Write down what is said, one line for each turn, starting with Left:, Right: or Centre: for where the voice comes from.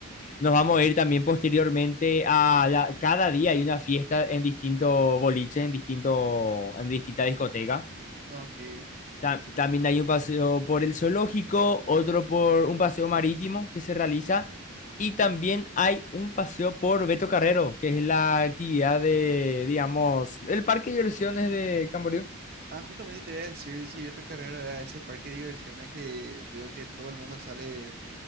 Left: Nos vamos a ir también posteriormente a la- cada día hay una fiesta en distintos boliches, en distinto, en distintas discotecas.
Right: ah, ok.
Left: Ta- También hay un paseo por el zoológico, otro por un paseo marítimo que se realiza y también hay un paseo por Beto Carrero, que es la actividad de, digamos, el parque de diversiones
Right: mm.
Left: de Camboriú.
Right: Ah, justamente te iba a decir si vi tu carrera era ese parque de diversiones que veo que todo el mundo sale